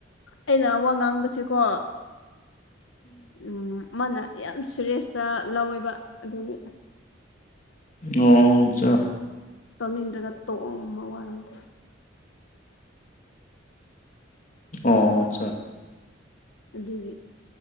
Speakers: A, on the left; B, on the left.
A: ꯑꯩꯅ ꯋꯥ ꯉꯥꯡꯕꯁꯤꯀꯣ ꯎꯝ ꯑꯃꯅ ꯌꯥꯝ ꯁꯦꯔꯦꯁꯇ ꯂꯧꯋꯦꯕ ꯑꯗꯨꯒꯤ
B: ꯅꯣꯡ ꯆ
A: ꯇꯧꯅꯤꯡꯗ꯭ꯔꯒ ꯇꯣꯛꯑꯣ ꯃꯋꯥ ꯂꯧꯗꯦ
B: ꯑꯣ ꯑꯠꯆꯥ
A: ꯑꯗꯨꯒꯤ